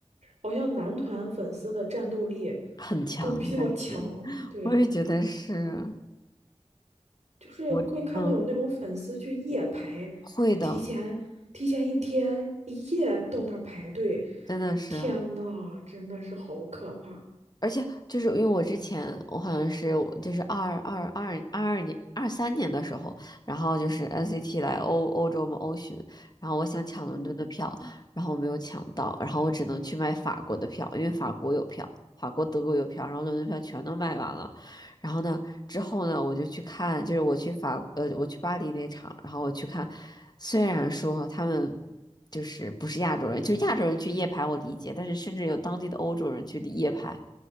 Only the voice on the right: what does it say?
好像男团粉丝的战斗力
都比较强，
对，
就是会看到有那种粉丝去夜排，
提前提前一天一夜到那儿排队，
天呐，真的是好可怕。
嗯，